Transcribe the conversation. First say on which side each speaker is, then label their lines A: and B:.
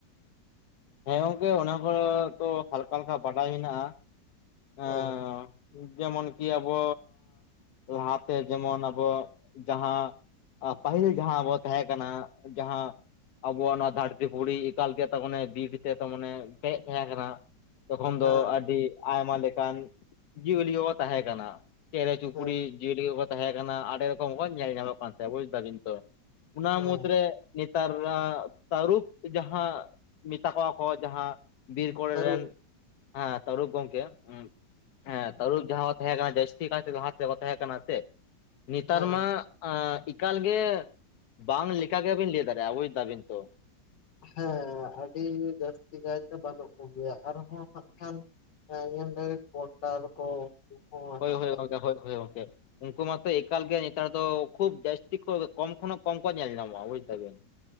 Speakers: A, on the left; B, on the left.
A: ᱦᱮᱸ ᱜᱚᱝᱠᱮ ᱚᱱᱟ ᱠᱚ ᱛᱚ ᱦᱟᱞᱠᱟ ᱦᱟᱞᱠᱟ ᱵᱟᱰᱟᱭ ᱦᱮᱱᱟᱜ-ᱟ᱾
B: ᱦᱮᱸ
A: ᱡᱮᱢᱚᱱᱠᱤ ᱟᱵᱚ ᱞᱟᱦᱟᱛᱮ ᱡᱮᱢᱚᱱ ᱟᱵᱚ ᱡᱟᱦᱟᱸ ᱯᱟᱹᱦᱤᱞ ᱡᱟᱦᱟᱸ ᱟᱵᱚ ᱛᱟᱦᱮᱸ ᱠᱟᱱᱟ ᱡᱟᱦᱟᱸ ᱟᱵᱚᱣᱟᱜ ᱱᱚᱣᱟ ᱫᱷᱟᱹᱨᱛᱤ ᱯᱩᱨᱤ ᱮᱠᱟᱞ ᱛᱮ ᱢᱟᱱᱮ ᱵᱤᱨ ᱛᱮ ᱢᱟᱱᱮ ᱯᱮᱨᱮᱡ ᱛᱟᱦᱮᱸ ᱠᱟᱱᱟ᱾ ᱛᱚᱠᱷᱚᱱ
B: ᱦᱮᱸ
A: ᱫᱚ, ᱟᱹᱰᱤ ᱟᱭᱢᱟ ᱞᱮᱠᱟᱱ ᱡᱤᱣᱟᱹᱞᱤ ᱦᱚᱸᱠᱚ ᱛᱟᱦᱮᱸ ᱠᱟᱱᱟ᱾ ᱪᱮᱬᱮ ᱪᱩᱯᱲᱤ
B: ᱦᱮᱸ
A: ᱡᱤᱭᱟᱹᱞᱤ ᱦᱚᱸᱠᱚ ᱛᱟᱦᱮᱸ ᱠᱟᱱᱟ ᱟᱹᱰᱤ ᱨᱚᱠᱚᱢ ᱠᱚ ᱧᱮᱞ ᱧᱟᱢᱚᱜ ᱠᱟᱱ ᱛᱟᱦᱮᱸ ᱵᱩᱡᱽ-ᱫᱟ ᱵᱤᱱ ᱛᱚ ᱾ ᱚᱱᱟ
B: ᱦᱮᱸ
A: ᱢᱩᱫᱽᱨᱮ ᱱᱮᱛᱟᱨ-ᱨᱟ, ᱛᱟᱹᱨᱩᱵ ᱡᱟᱦᱟᱸ ᱢᱮᱛᱟ ᱠᱚᱣᱟ ᱠᱚ ᱡᱟᱦᱟᱸ ᱵᱤᱨ ᱠᱚᱨᱮ
B: ᱛᱟᱹᱨᱩᱵ
A: ᱨᱮᱱ ᱟᱸ ᱛᱟᱨᱩᱵ ᱜᱚᱝᱠᱮ ᱩᱸ- ᱦᱮᱸ ᱛᱟᱹᱨᱩᱵ ᱡᱟᱦᱟᱸ ᱵᱷᱟᱵ ᱛᱟᱦᱮᱸ ᱠᱟᱱᱟ ᱡᱟᱹᱥᱛᱤ ᱠᱟᱭᱛᱮ ᱞᱟᱦᱟᱛᱮᱠᱚ ᱛᱟᱦᱮᱸ ᱠᱟᱱᱟ ᱥᱮ ᱱᱮᱛᱟᱨ
B: ᱦᱮᱸ
A: ᱢᱟ ᱮᱠᱟᱞ ᱜᱮ ᱵᱟᱝ ᱞᱮᱠᱟ ᱜᱮᱵᱤᱱ ᱞᱟᱹᱭ ᱫᱟᱲᱮᱭᱟᱜ-ᱟ ᱵᱩᱡᱽ- ᱫᱟ ᱵᱤᱱ ᱛᱚ᱾
B: ᱦᱮᱸ ᱟᱹᱰᱤ ᱡᱟᱹᱥᱛᱤ ᱠᱟᱭᱛᱮ ᱵᱟᱹᱱᱩᱜ ᱠᱚ ᱜᱮᱭᱟ ᱟᱨᱦᱚᱸ ᱦᱟᱸᱜ ᱠᱷᱟᱱ ᱧᱮᱞ ᱫᱟᱞᱤᱧ ᱯᱚᱥᱴᱟᱨ ᱠᱚ ᱩᱱᱠᱩ ᱦᱚᱸ
A: ᱦᱳᱭ
B: ᱦᱟᱸᱜ
A: ᱦᱳᱭ
B: ᱠᱷᱟᱱ
A: ᱚᱱᱠᱟ ᱦᱳᱭ ᱦᱳᱭ ᱜᱚᱢᱠᱮ᱾ ᱩᱱᱠᱩ ᱢᱟᱛᱚ ᱮᱠᱟᱞ ᱜᱮ ᱱᱮᱛᱟᱨ ᱫᱚ ᱠᱷᱩᱵ ᱡᱟᱹᱥᱛᱤ ᱠᱚᱢ ᱠᱷᱚᱱ ᱦᱚᱸ ᱠᱚᱢ ᱠᱚ ᱧᱮᱞ ᱧᱟᱢᱚᱜ-ᱟ ᱵᱩᱡ ᱫᱟᱵᱤᱱ᱾